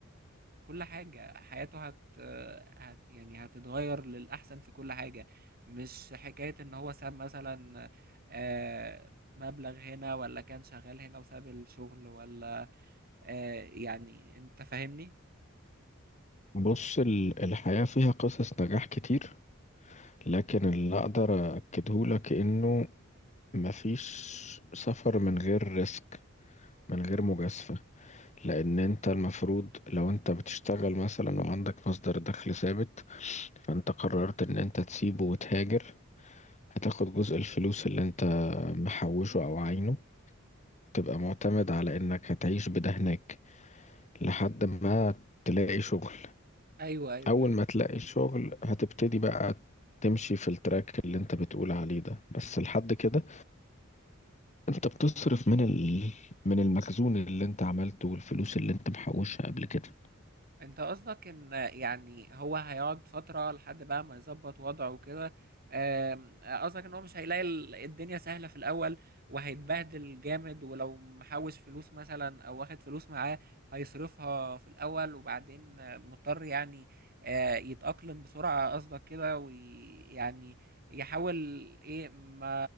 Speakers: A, on the right (about 45°); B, on the left (about 35°).
A: كل حاجة حياته هت... هت يعني هتتغير للأحسن في كل حاجة مش حكاية إن هو ساب مثلا آه، مبلغ هنا ولا كان شغال هنا وساب الشغل ولا آه، يعني أنت فاهمني؟
B: بص ال- الحياة فيها قصص نجاح كتير لكن اللي أقدر أكدهولك إنه مفيش سفر من غير ريسك من غير مجازفة لأن أنت المفروض لو أنت بتشتغل مثلا وعندك مصدر دخل ثابت فأنت قررت إن أنت تسيبه وتهاجر هتاخد جزء الفلوس اللي انت محوشه او عينه تبقى معتمد على انك هتعيش بده هناك لحد ما تلاقي شغل
A: ايوه ايوه
B: اول
A: ايوه
B: ما تلاقي شغل هتبتدي بقى تمشي في التراك اللي انت بتقول عليه ده بس لحد كده انت بتصرف من ال... من المخزون اللي انت عملته والفلوس اللي انت محوشها قبل كده
A: انت قصدك ان يعني هو هيقعد فترة لحد بقى ما يظبط وضعه وكده آم، قصدك ان هو مش هيلاقي ال- الدنيا سهلة في الاول وهيتبهدل جامد ولو محوش فلوس مثلا او واخد فلوس معاه هيصرفها في الاول وبعدين آه، مضطر يعني آه، يتأقلم بسرعة قصدك كده ويعني يحاول ايه ما